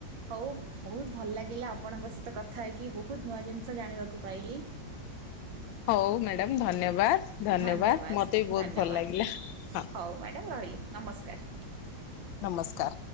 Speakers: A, on the right; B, on the left.
A: ହଉ ବହୁତ ଭଲ ଲାଗିଲା ଆପଣଙ୍କ ସହିତ କଥା ହେଇକି ବହୁତ ନୂଆ ଜିନିଷ ଜାଣିବାକୁ ପାଇଲି
B: ହଉ ମ୍ୟାଡ଼ାମ ଧନ୍ୟବାଦ
A: ଧନ୍ୟବାଦ
B: ମତେ ବି ବହୁତ
A: ଧନ୍ୟବାଦ
B: ଭଲ ଲାଗିଲା। ହଁ
A: ହଉ ମ୍ୟାଡ଼ାାମ ରହିଲି ନମସ୍କାର
B: ନମସ୍କାର